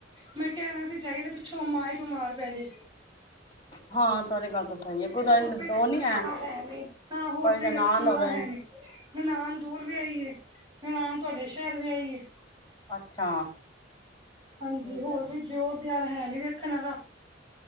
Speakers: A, on the right; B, on the left.
A: ਮੈਂ ਕਿਆ ਐ ਨਾ ਸੀ ਜਾਈਏ ਫ਼ੇ ਪਿਛ ਪਿੱਛੋਂ ਮਾਂ ਈ ਬਿਮਾਰ ਪੈ ਜੇ।
B: ਹਾਂ ਤੁਹਾਡੀ ਗੱਲ ਤਾਂ ਸਹੀ
A: ਕਿਉਂਕਿ
B: ਹੈ ਤੁਹਾਡੀ
A: ਹੋਰ ਕੋਈ ਵੇਖਣ
B: ਦੋ ਨੀ
A: ਵਾਲਾ ਹੈ ਨੀ, ਨਾ ਹੋਰ
B: ਕੋਈ ਨਨਾਣ
A: ਦੇਖਣ ਵਾਲਾ
B: ਹੋਵੇ
A: ਹੈ ਨੀ ਮੈਂ ਨਨਾਣ ਦੂਰ ਵੀਆਈਏ, ਨਨਾਣ ਤੁਹਾਡੇ ਸ਼ਹਿਰ ਵੀਆਈਏ
B: ਅੱਛਾ,
A: ਹਾਂਜੀ,
B: ਠੀਕ
A: ਹੋਰ
B: ਹੈ
A: ਕੋਈ ਦਿਓਰ ਦਿਆਰ ਹੈ ਨੀ ਵੇਖਣ ਵਾਲਾ